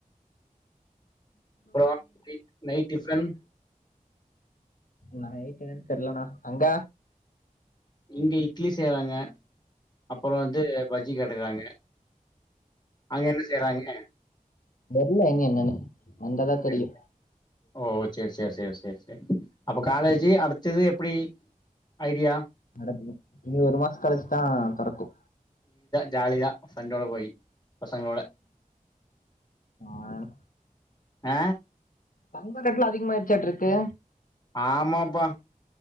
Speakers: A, on the left (about 25°); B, on the left (about 70°).
A: அப்புறோ நைட் நைட் டிஃபன்
B: நைட் என்னன் தெர்லனா அங்க
A: இங்க இட்லி செய்றாங்க அப்பறோ வந்து பஜ்ஜி கேட்டறாங்க அங்க என்ன செய்றாங்க
B: தெர்ல எங்க என்னனு வந்தாதா
A: தெர்ல
B: தெரியு
A: ஓ செரி செரி செரி செரி செரி அப்ப காலேஜி அடுத்தது எப்டி ஐடியா
B: நடக்குது இனி ஒரு மாசோ கழிச்சுதா தோறக்கு
A: ஜாளிதா ஃபிரண்டோட போய் பசங்களோட
B: வாயால
A: எ
B: தங்க ரேட்டெல்லா அதிகமாயிர்ச்சாட்டாருக்கு
A: ஆமாப்பா